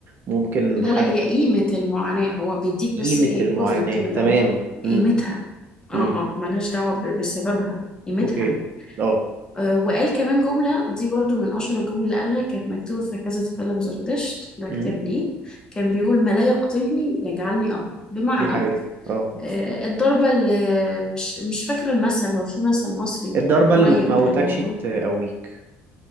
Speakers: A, on the right; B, on the left.
A: ممكن
B: لا
A: حد
B: لا هي قيمة المعاناة هو بيديك
A: قيمة
B: بس إيه
A: المعاناة
B: equivalent كده اللي
A: تمام
B: هو
A: امم
B: قيمتها اه
A: امم
B: اه ملهاش دعوة ب- بسببها قيمتها
A: أوكي اه
B: آه وقال كمان جملة دي برضو من أشهر الجمل اللي قالها كانت مكتوبة في كذا تكلم زردشت ده
A: امم
B: كتاب ليه كان بيقول ما لا يقتلني يجعلني أقوى بمعنى
A: دي حقيقة اه
B: آه الضربة اللي مش مش فاكرة المثل هو في مثل مصري
A: الضربة
B: قريب
A: اللي ما تموتكش
B: للموضوع
A: تقويك